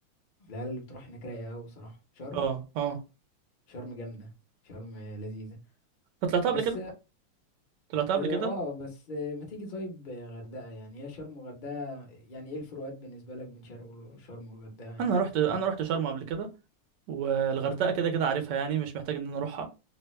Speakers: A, on the left (about 40°); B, on the right (about 65°).
A: والعيال اللي بتروح هناك رايقه قوي بصراحه شرم
B: اه اه
A: شرم جامده شرم لذيذه
B: أنت طلعتها
A: بس
B: قبل كده طلعتها
A: اه
B: قبل كده
A: آه، بس آه، ما تيجي طيب غردقه يعني هي شرم وغردقه يعني ايه الفروقات بالنسبه لك بين شرم وشرم والغردقه يعني
B: انا رحت
A: في
B: انا
A: وجهة- نظرك؟
B: رحت شرم قبل كده والغردقه
A: مم،
B: كده كده عارفها يعني مش محتاج ان انا اروحها